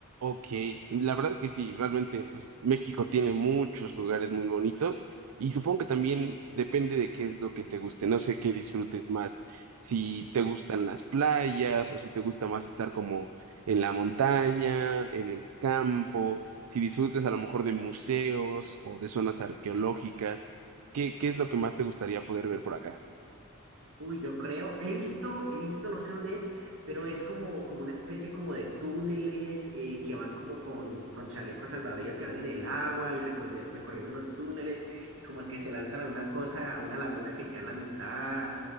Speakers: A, on the right; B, on the right.
A: Ok, la verdad es que sí, realmente pues México tiene muchos lugares muy bonitos y supongo que también depende de qué es lo que te guste, no sé qué disfrutes más, si te gustan las playas o si te gusta más estar como en la montaña, en el campo, si disfrutes a lo mejor de museos o de zonas arqueológicas, ¿qué, qué es lo que más te gustaría poder ver por acá?
B: Uy, yo creo, he visto, he visto, no sé dónde es, pero es como, como una especie como de túneles eh, que van como con, con chalecos salvavidas y van en el agua y recorri- recorriendo los túneles y como que se lanzan a una cosa, a una laguna que queda en la mitad,